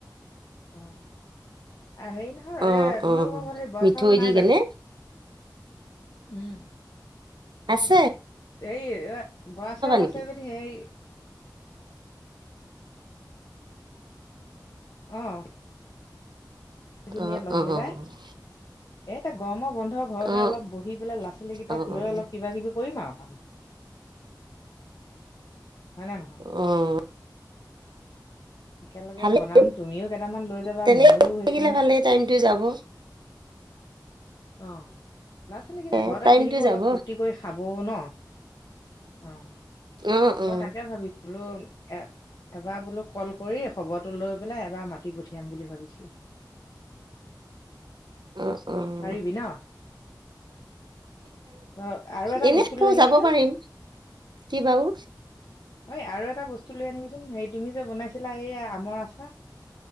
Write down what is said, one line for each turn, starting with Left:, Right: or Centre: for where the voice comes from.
Left: অ'। আৰু হেৰি নহয়,
Right: অ
Left: এয়া
Right: অ
Left: তোমালোকৰ ঘৰত সেই বৰা
Right: মিঠৈ
Left: চাউল
Right: দি
Left: নাই
Right: কেনে
Left: জানো? উম।
Right: আছ
Left: এই এ বৰা চাউল
Right: নেকি?
Left: আছে যদি সেই অ'। দুজনীয়ে
Right: অ'
Left: লগ
Right: অ'। <unintelligible>
Left: লগাই এতিয়া গৰমৰ বন্ধ ঘৰতে
Right: অ অ
Left: অলপ বহি পেলাই ল'ছালী কেইটাক
Right: অ অ
Left: লৈ অলপ কিবা-কিবি কৰিম আৰু কাম৷ হয় নে নহয়
Right: উম।
Left: একেলগে
Right: ভালেই,
Left: বনাম তুমিও কেইটামান লৈ যাবা
Right: তেনেক
Left: ময়ো হেৰি
Right: থাকিলে
Left: কৰিম
Right: ভালে টাইমটো যাব। <inaudible>
Left: অ', ল'ছালীকেইটা
Right: এ
Left: ঘৰতে
Right: টাইমটো
Left: থাকিব অলপ
Right: যাব
Left: ফূৰ্তি কৰি খাবও ন? অ'।
Right: উম-উম
Left: মই তাকে ভাবিছো বোলো এ এবাৰ বোলো কল কৰি খবৰটো লৈ পেলাই এবাৰ মাতি পঠিয়াম বুলি ভাবিছিলো।
Right: উম-উম
Left: পাৰিবি ন অ আৰু এটা
Right: এনে
Left: বস্তু
Right: আকৌ
Left: লৈ আহিবিচোন।
Right: যাব পাৰিম
Left: অ,
Right: কি বাৰু
Left: অই আৰু এটা বস্তু লৈ আনিবিচোন সে তুমি যে বনাইছিলা সেয়া আমৰ আচাৰ।